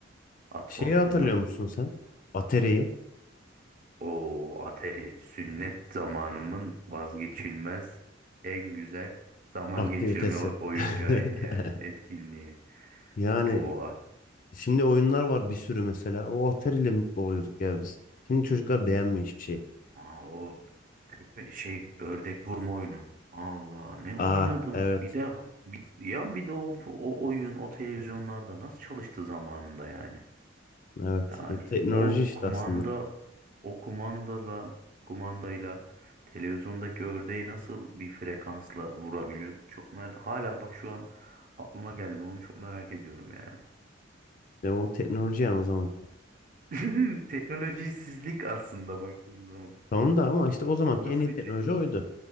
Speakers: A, on the right (about 45°); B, on the left (about 45°).
A: at
B: Şeyi
A: konusunda.
B: hatırlıyor musun sen? Atari'yi.
A: O Atari sünnet zamanımın vazgeçilmez en güzel zaman
B: Aktivitesi.
A: geçirme o- oyuncağıydı
B: <laughs>
A: yani etkinliği.
B: Yani
A: O at-
B: şimdi oyunlar var bir sürü mesela. O Atari ile mutlu oluyorduk ya biz. Şimdi çocuklar beğenmiyor hiçbir şey.
A: Aa, o köpe- şey ördek vurma oyunu. Allah ne oynadım.
B: Aa evet.
A: Bir de bir, ya bir de o, o oyun o televizyonlarda nasıl çalıştı zamanında yani.
B: Evet.
A: Yani
B: E, teknoloji
A: o
B: işte
A: kumanda
B: aslında.
A: o kumandala kumandayla televizyondaki ördeği nasıl bir frekansla vurabiliyorduk? Çok mer hala bak şu an aklıma geldi. Onu çok merak ediyorum yani.
B: De o teknoloji yani o zamanki.
A: <laughs> Teknolojisizlik aslında baktığın zaman.
B: Tamam da ama işte o zamanki
A: Nasıl
B: en iyi
A: bir
B: teknoloji
A: teknoloji?
B: oydu.